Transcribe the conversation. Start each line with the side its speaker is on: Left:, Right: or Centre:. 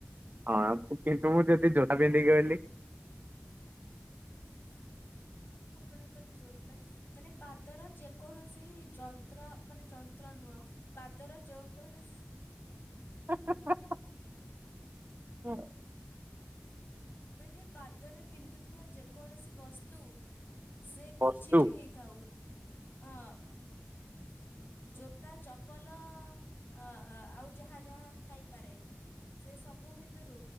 Right: ହଁ କିନ୍ତୁ ମୁଁ ଯଦି ଜୋତା ପିନ୍ଧିକି ଗଲି।
Left: <unintelligible> ଆପଣଙ୍କ ଜୋତା ମାନେ ପାଦର ଯେକୌଣସି ଯନ୍ତ୍ର ମାନେ ଯ ପତ୍ର ନୁହଁ ପାଦର ଯଉ କୌଣ
Right: <unintelligible> ହୁଁ।
Left: ମାନେ ପାଦରେ ପିନ୍ଧୁଥିବା ଯେକୌଣସି ବସ୍ତୁ ସେ
Right: ବସ୍ତୁ
Left: କିଛି ବି ହେଇ ଥାଉ ହଁ। ଜୋତା ଚପଲ ଆଉ ଯାହା ଯାହା ଥାଇପାରେ। ସେ ସବୁ ଭିତୁରୁ